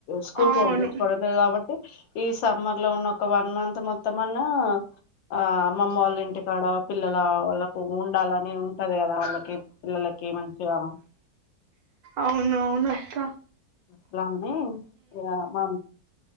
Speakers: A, on the left (about 90°); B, on the right (about 75°).
A: స్కూల్
B: అవును
A: కు పంపించుకోవడం లేదు కాబట్టి ఈ సమ్మర్ లో ఉన్న ఒక వన్ మంత్ మొత్తం అన్నా ఆ అమ్మ వాళ్ళ ఇంటికాడ పిల్ల వాళ్ళకు ఉండాలని ఉంటది కదా వాళ్ళకి పిల్లలకి మంచిగా
B: అవును అవును అత్త
A: అట్లానే మా